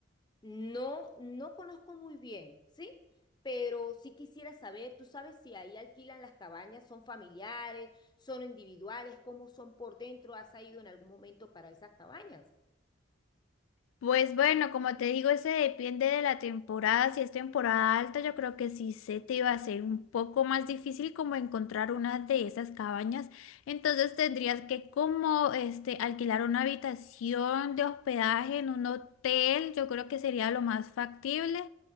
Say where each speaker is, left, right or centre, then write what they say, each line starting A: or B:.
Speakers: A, on the left (about 20°); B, on the left (about 80°).
A: No, no conozco muy bien, ¿sí? Pero sí quisiera saber, tú sabes si ahí alquilan las cabañas, son familiares, son individuales, cómo son por dentro, ¿has ido en algún momento para esas cabañas?
B: Pues bueno, como te digo, ese depende de la temporada. Si es temporada alta, yo creo que sí se te va a ser un poco más difícil como encontrar una de esas cabañas. Entonces tendrías que como este alquilar una habitación de hospedaje en un hotel. Yo creo que sería lo más factible.